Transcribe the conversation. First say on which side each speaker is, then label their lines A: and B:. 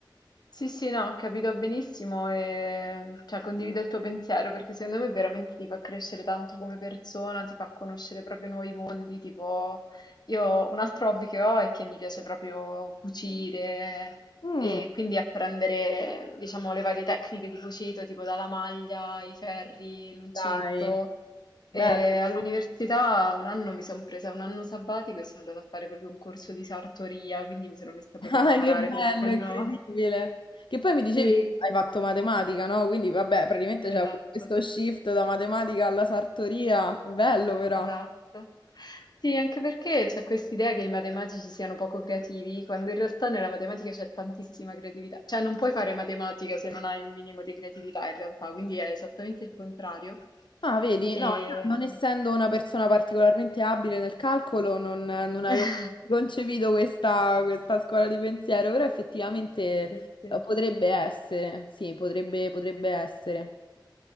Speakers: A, on the left; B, on the left.
A: Sì, sì, no, ho capito benissimo e cioè, condivido il tuo pensiero perché secondo me veramente ti fa crescere tanto come persona, ti fa conoscere proprio nuovi mondi, tipo io un altro hobby che ho è che mi piace proprio cucire
B: Mm,
A: e quindi apprendere, diciamo, le varie tecniche di cucito, tipo dalla maglia, i ferri, l'uncinetto.
B: dai, bello,
A: E
B: però.
A: all'università un anno mi sono presa un anno sabbatico e sono andata a fare proprio un corso di sartoria, quindi mi sono messa
B: <laughs> dai,
A: proprio a imparare
B: che bello,
A: come si fanno
B: incredibile. Che poi mi dicevi,
A: sì,
B: hai fatto matematica, no? Quindi vabbè, praticamente
A: esatto,
B: c'è avuto questo shift da matematica alla sartoria, bello però.
A: esatto. Sì, anche perché c'è quest'idea che i matematici siano poco creativi, quando in realtà nella matematica c'è tantissima creatività. Cioè, non puoi fare matematica se non hai un minimo di creatività, in realtà, quindi è esattamente il contrario.
B: Ah, vedi,
A: E...
B: no, io non essendo una persona particolarmente abile nel calcolo, non, non avevo
A: <laughs>
B: concepito questa, questa scuola di pensiero, però effettivamente
A: Sì, sì,
B: eh, potrebbe essere, sì, potrebbe, potrebbe essere.
A: sì.